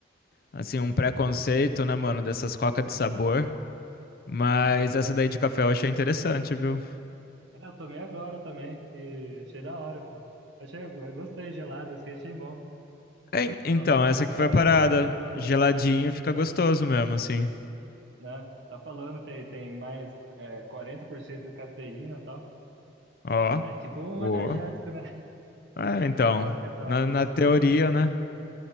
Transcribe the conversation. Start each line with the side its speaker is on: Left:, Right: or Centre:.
Left: assim, um preconceito, né, mano, dessas cocas
Right: Aham,
Left: de sabor. Mas
Right: sim.
Left: essa daí de café eu achei interessante, viu?
Right: É, eu tomei agora também e achei da hora, pô. Achei, eu gostei, gelado, assim, achei bom.
Left: En- Então,
Right: Eu Vou até
Left: essa
Right: comprar
Left: aqui foi a parada.
Right: mais, umas outras,
Left: Geladinho fica gostoso mesmo, assim.
Right: né? Tá falando, tem, tem mais é, 40% de cafeína e tal.
Left: Ó,
Right: É, tipo um
Left: boa.
Right: energético, né?
Left: É, então,
Right: coca tal,
Left: na,
Right: com
Left: na
Right: açúcar.
Left: teoria, né?
Right: É,